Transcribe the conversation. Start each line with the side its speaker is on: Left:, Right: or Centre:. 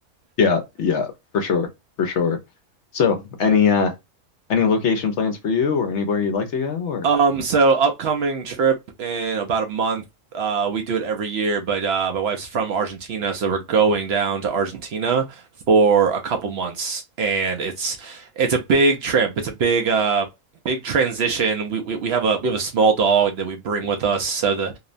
Left: yeah, yeah, for sure. For sure. So any uh any location plans for you or anywhere you'd like to go or
Right: Um, so upcoming trip in about a month. Uh, we do it every year, but uh, my wife's from Argentina, so we're going down to Argentina for a couple months, and it's it's a big trip. It's a big uh big transition. We we, we have a we have a small dog that we bring with us, so the